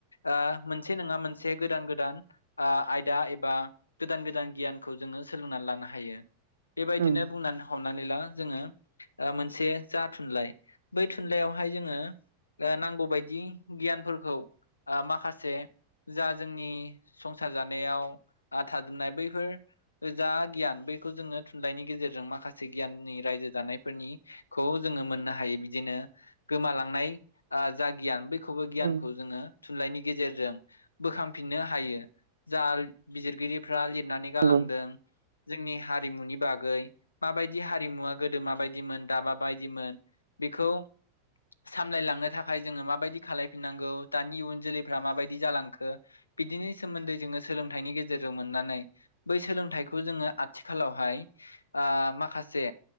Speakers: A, on the left; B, on the right.
A: ओ मोनसे नङा मोनसे गोदान गोदान आयादा एबा गोदान गोदान गियानखौ जोङो सोलोंनानै लानो हायो बेबायदिनो
B: उम
A: बुंनानै हमनानै ला जोङो मोनसे जा थुनलाइ बै थुनलाइयावहाय जोङो अ नांगौबायायदि गियानफोरखौ आ माखासे जा जोंनि संसार जानायाव आ थाजोबनाय बैफोर जा गियान बै खौ जोङो थुनलाइनि गेजेरजों माखासे गियाननि रायजो जानायफोरनि खौ जोङो मोननो हायो बिदिनो गोमालांनाय जा गियान बैखौबो गियान
B: उम
A: थुनलाइनि गेजेरजों बोखांफिननो हायो। जा बिजिरगिरिफ्रा लिरनानै गालांदों।
B: नंगौ।
A: जोंनि हारिमुनि बागै माबायदि हारिमुवा गोदो माबायदिमोन दा माबायदिमोन बेखौ सामलायलांनो थाखाय जोङो माबायदि खालायफिननां गौ दानि इयुन जोलैफ्रा माबायदि जालांखो बिदिनि सोमोन्दै जोङो सोलोंथाइनि गेजेरजों मोननानै बै सोलोंथाइखौ जोङो आथिखालावहाय आ माखासे